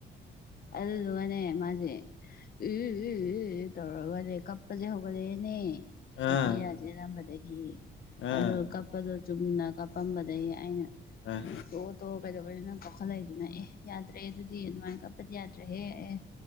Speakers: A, on the left (about 50°); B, on the left (about 75°).
A: ꯑꯗꯨꯗꯨꯅꯅꯦ ꯃꯥꯁꯦ ꯎ ꯏ ꯏ ꯇꯧꯔꯒꯅꯦ ꯀꯞꯄꯁꯦ ꯍꯧꯒꯠꯂꯛꯑꯦꯅꯦ
B: ꯑꯥ
A: ꯃꯄꯤ ꯏꯔꯥ ꯆꯦꯜꯂꯝꯕꯗꯒꯤ
B: ꯑꯥ
A: ꯑꯗꯨ ꯀꯞꯄꯗꯣ ꯆꯨꯝꯅ ꯀꯞꯄꯝꯕꯗꯒꯤ ꯑꯩꯅ
B: ꯑꯥ
A: ꯇꯣꯛꯑꯣ ꯇꯣꯛꯑꯣ ꯀꯩꯗꯧꯕꯩꯅꯣ ꯅꯪ ꯀꯞꯈꯠꯂꯛꯏꯗꯨꯅ ꯑꯦ ꯌꯥꯗ꯭ꯔꯦ ꯑꯗꯨꯗꯤ ꯑꯗꯨꯃꯥꯏꯅ ꯀꯞ ꯄꯗꯤ ꯌꯥꯗ꯭ꯔꯦꯍꯦ ꯑꯦ